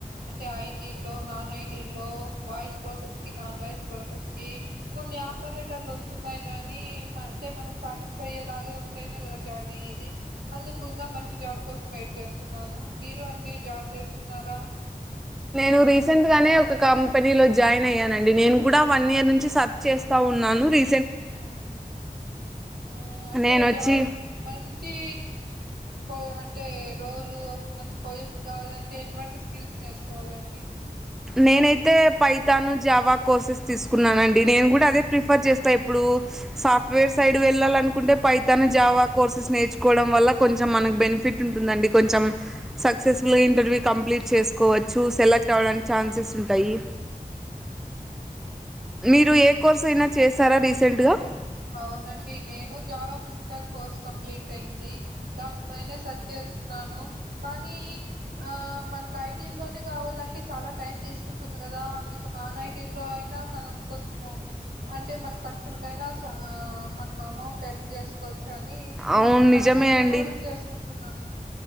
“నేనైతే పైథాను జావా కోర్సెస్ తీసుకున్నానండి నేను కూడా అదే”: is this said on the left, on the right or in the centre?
Centre